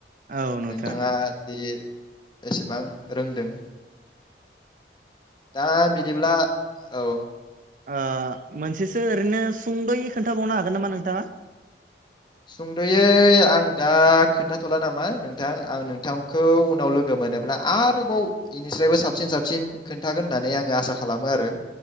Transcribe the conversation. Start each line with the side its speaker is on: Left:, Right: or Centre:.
Right: औ नोंथां
Left: नोंथाङा दि एसेबां रोंदों दा बिदिब्ला औ
Right: ओ मोनसेसो ओरैनो सुंद'यै खोन्थाबावनो हागोन नामा नोंथाङा
Left: सुंद'यै आं दा खोन्थाथ'ला नामा नोंथां आं नोंथांखौ उनाव लोगो मोनोब्ला आरोबाव बेनिफ्राय्रायबो साबसिन साबसिन खोन्थागोन होननानै आङो आसा खालामो आरो